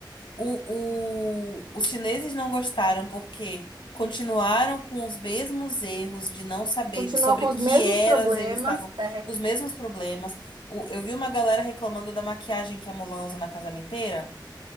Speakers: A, on the left; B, on the right.
A: O, o, os chineses não gostaram porque continuaram com os mesmos erros de não saber
B: Continua
A: sobre
B: com os
A: que
B: mesmos
A: eras
B: problemas.
A: eles estavam,
B: É.
A: os mesmos problemas. O- eu vi uma galera reclamando da maquiagem que a Mulan usa na casamenteira